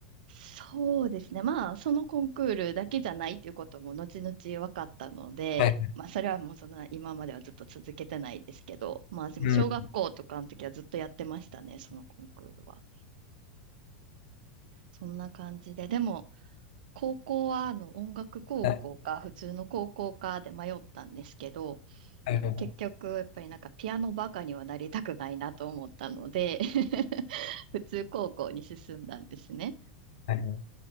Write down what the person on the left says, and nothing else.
はい。
うん。
はい。はい。
はい。